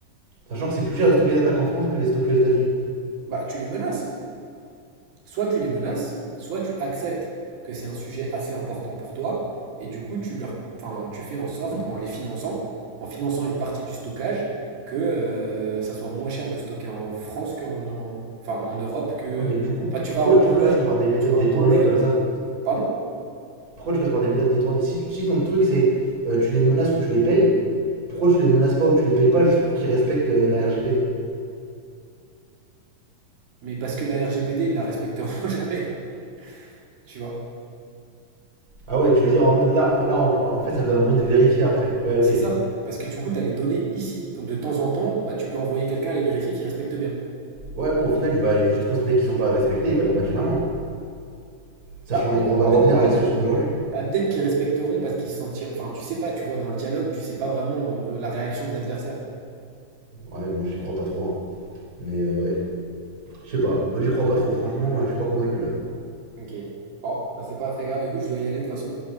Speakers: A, on the right; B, on the right.
A: Sachant que c'est plus cher de stocker d'attaques en France que de les stocker aux États-Unis.
B: bah, tu les menaces. Soit tu les menaces, soit tu acceptes que c'est un sujet assez important pour toi, et du coup, tu, leur, enfin, tu fais en sorte, en les finançant, en finançant une partie du stockage, que euh, ça soit moins cher de stocker en France qu'en en, enfin, en Europe que
A: Ouais, mais du coup,
B: enfin, tu
A: pourquoi
B: vas en Pologne,
A: tu passes par des méthodes
B: tu vas en
A: détournées
B: Pologne,
A: comme
B: ou-
A: ça
B: pardon,
A: Pourquoi tu passes par des méthodes détournées si, si ton truc c'est euh, tu les menaces ou tu les payes, pourquoi tu les menaces pas ou tu les payes pas juste pour qu'ils respectent euh, la RGPD
B: mais parce que la RGPD, ils la respecteront <laughs> jamais, tu vois.
A: Ah ouais, tu veux dire en mode là, là on peut- en fait ça me donne un moyen de vérifier après. Ouais, ok.
B: Et C'est ça. Parce que du coup, tu as les données ici. Donc de temps en temps, bah, tu peux envoyer quelqu'un aller vérifier qu'ils respectent bien.
A: Ouais, bon, au final, il va juste constater qu'ils ont pas respecté, il va leur mettre une amende. Sachant
B: Bah,
A: qu'on
B: peut-
A: va revenir
B: peut- peut-
A: à la situation d'aujourd'hui.
B: Bah, peut-être qu'ils respecteront parce qu'ils se sentiront. Enfin, tu sais pas, tu vois, dans le dialogue, tu sais pas vraiment euh, que la réaction de l'adversaire.
A: Ouais, bon, j'y crois pas trop. hein. Mais euh, ouais, je sais pas. Moi, j'y crois pas trop. Franchement, euh, je suis pas convaincu là.
B: Ok. Bon, bah, c'est pas très grave. Écoute, je dois y aller de toute façon.